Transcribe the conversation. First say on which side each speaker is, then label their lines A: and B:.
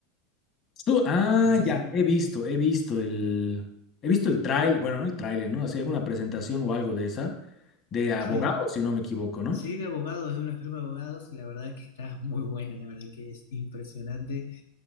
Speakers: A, on the left; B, on the left.
A: Tú- ah,
B: No sé
A: ya,
B: si...
A: he visto, he visto el, he visto el trailer, bueno, no el trailer, ¿no? Hacía alguna presentación o algo de esa, de abogados,
B: Sí,
A: si no me equivoco, ¿no?
B: Sí, de abogados, es una firma de abogados y la verdad que está <laughs> muy buena, la verdad que es impresionante.